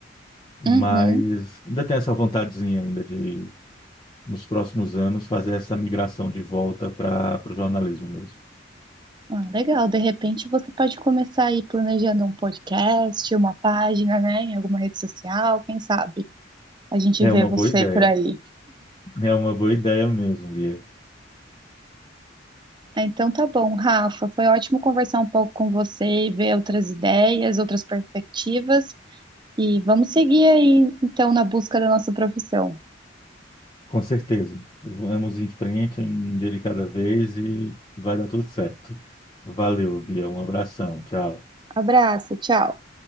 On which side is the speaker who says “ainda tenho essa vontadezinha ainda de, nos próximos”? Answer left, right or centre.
Left